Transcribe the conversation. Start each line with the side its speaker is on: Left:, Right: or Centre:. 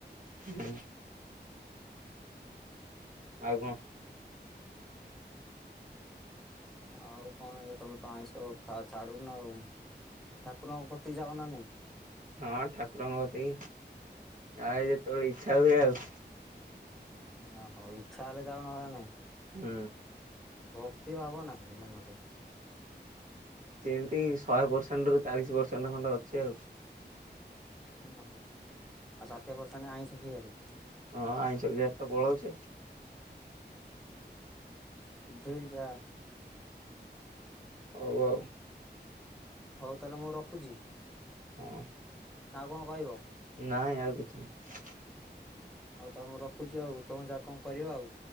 Right: ହୁଁ ଆଉ କଣ?
Centre: ଆଉ କଣ ଇ ତମେ ତ ଆଇଁଷ ଖା ଛାଡୁନ ଆଉ ଠାକୁରଙ୍କ କତିକି ଯାଅ ନା ନାଇଁ।
Right: ହଁ ଠାକୁରଙ୍କ ପ୍ରତି ଅ ଯେତେବେଳେ ଇଚ୍ଛା ହୁଏ ଆଉ।
Centre: ଓ ହଉ ଇଚ୍ଛା ହେଲେ ଯାଅ ନହେଲେ ନାହିଁ।
Right: ହୁଁ।
Centre: ଭକ୍ତି ଭାବ ନାହିଁ ମନରେ।
Right: ସେମିତି ଶହେ ପରସେଣ୍ଟ ରୁ ଚାଳିଶ ପରସେଣ୍ଟ ଖଣ୍ଡେ ଅଛି ଆଉ।
Centre: ଓହୋ ଆଉ ଷାଠିଏ ପର୍ସେଣ୍ଟ ଆଇଁଷ ଖିଆରେ।
Right: ହଁ ଆଇଁଷ ଖିଆ ରେ ତ ପଳଉଛି।
Centre: ସୁଧୁରି ଯା।
Right: ହଉ ଆଉ।
Centre: ହଉ ତାହେଲେ ମୁଁ ରଖୁଛି।
Right: ହଁ।
Centre: ନା ଆଉ କଣ କହିବ?
Right: ନାଇଁ ଆଉ କିଛି ନାହିଁ।
Centre: ହଉ ତ ମୁଁ ରଖୁଛି ଆଉ ତମ ଯାକ କଣ କରିବ ଆଉ?